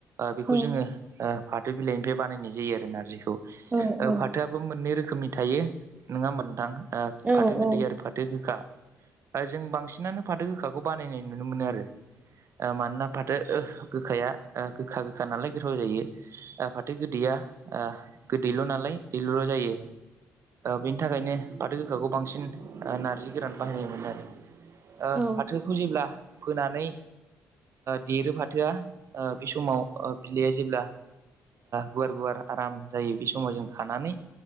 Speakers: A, on the right; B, on the right.
A: बेखौ
B: औ
A: जोङो फाथो बिलाइनिफ्राय बानायनाय जायो आरो नारजिखौ
B: औ औ
A: फाथोआ बो मोननै रोखोमनि थायो नङा होमबा नोंथां
B: औ
A: फाथो गोदै आरो फाथो गोखा जों बांसिनानो फाथो गोखाखौ बानायनाय नुनो मोनो आरो मानोना फाथो गोखाया गोखा गोखा नालाय गोथाव जायो फाथो गोदैया गोदैल' नालाय दैल'ल' जायो बेनि थाखायनो फाथो गोखाखौ बांसिन नार्जि गोरान बाहायनाय मोनोन आरो ओ
B: औ
A: फाथोखौ जेब्ला फोनानै देरो फाथोआ बे समाव बिलाइया जेब्ला गुवार गुवार आराम जायो बे समाव जों खानानै